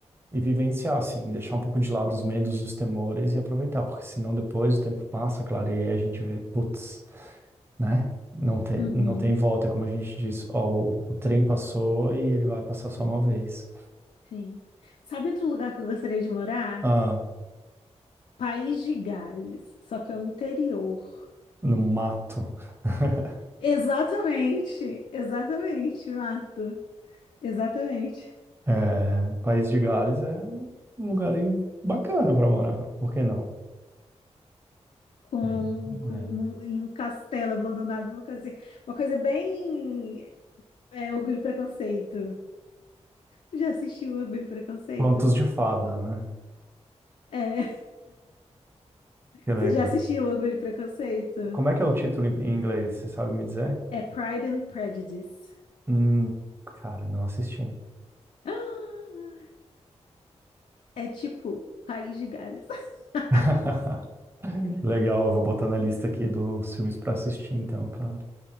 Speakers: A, on the right; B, on the left.
A: E vivenciar, assim, deixar um pouco de lado os medos, os temores e aproveitar, porque senão depois o tempo passa, clareia, e aí a gente vê, putz, né? Não tem,
B: uhum,
A: não tem volta, é como a gente diz, ó, o, o trem passou e ele vai passar só uma vez.
B: sim. Sabe outro lugar que eu gostaria de morar?
A: Ah,
B: País de Gales, só que é o interior.
A: no mato. <laughs>
B: Exatamente, exatamente, Mato. Exatamente.
A: É, País de Gales é um um lugar em- bacana pra morar, por que não?
B: Com,
A: É, é.
B: com um, em um castelo abandonado, uma coisa assim. Uma coisa bem é, orgulho e preconceito. Já assistiu Orgulho e Preconceito?
A: Contos de fada, né?
B: É. <laughs>
A: Que legal.
B: Você já assistiu Orgulho e Preconceito?
A: Como é que é o título em em inglês? Você sabe me dizer?
B: É Pride and Prejudice. <gasps>
A: Hum, cara, não assisti.
B: Ah, É tipo País de Galhos. <laughs>
A: <laughs> Legal, eu vou botar na lista aqui dos filmes pra assistir, então, claro.